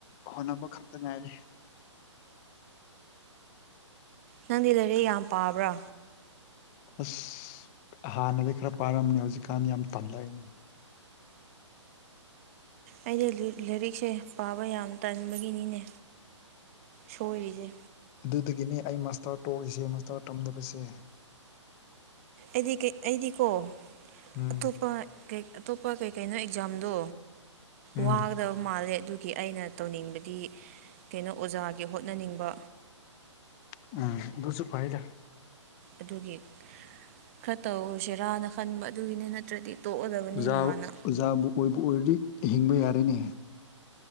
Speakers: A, on the left; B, on the right.
A: ꯍꯣꯠꯅꯕ ꯈꯛꯇ ꯉꯥꯏꯔꯦ
B: ꯅꯪꯗꯤ ꯂꯩꯥꯏꯔꯤꯛ ꯌꯥꯝ ꯄꯥꯕ꯭ꯔꯥ
A: ꯑꯁ ꯍꯥꯟꯅꯗꯤ ꯈꯔ ꯄꯥꯔꯝꯕꯅꯦ ꯍꯧꯖꯤꯛꯀꯥꯟ ꯌꯥꯝ ꯇꯟꯂꯦꯅꯦ
B: ꯑꯩꯗꯤ ꯂꯥꯏꯔꯤꯛꯁꯦ ꯄꯥꯕ ꯌꯥꯝ ꯇꯟꯕꯒꯤꯅꯤꯅꯦ ꯁꯣꯏꯔꯤꯁꯦ
A: ꯑꯗꯨꯗꯒꯤꯅꯤ ꯑꯩ ꯃꯁꯇꯥꯔ ꯇꯣꯛꯏꯁꯦ ꯃꯁꯇꯥꯔ ꯇꯝꯗꯕꯁꯦ
B: ꯑꯩꯗꯤ ꯑꯩꯗꯤꯀꯣ
A: ꯎꯝ
B: ꯑꯇꯣꯞꯄ ꯑꯇꯣꯞꯄ ꯀꯩ ꯀꯩꯅꯣ ꯑꯦꯛꯖꯥꯝꯗꯣ
A: ꯎꯝ
B: ꯋꯥꯒꯗꯕ ꯃꯥꯜꯂꯦ ꯑꯗꯨꯒꯤ ꯑꯩꯅ ꯇꯧꯅꯤꯡꯕꯗꯤ ꯀꯩꯅꯣ ꯑꯣꯖꯥꯒꯤ ꯍꯣꯠꯅꯅꯤꯡꯕ
A: ꯎꯝ ꯑꯗꯨꯁꯨ ꯐꯩꯗ
B: ꯑꯗꯨꯒꯤ ꯈꯔ ꯇꯧꯔꯁꯤꯔꯥꯅ ꯈꯟꯕ ꯑꯗꯨꯒꯤꯅꯤ ꯅꯠꯇ꯭ꯔꯗꯤ ꯇꯣꯛꯑꯗꯕꯅꯤꯅ
A: ꯖꯥ
B: ꯍꯥꯟꯅ
A: ꯑꯣꯖꯥꯕꯨ ꯑꯣꯏꯕꯨ ꯑꯣꯏꯔꯗꯤ ꯍꯤꯡꯕ ꯌꯥꯔꯦꯅꯦ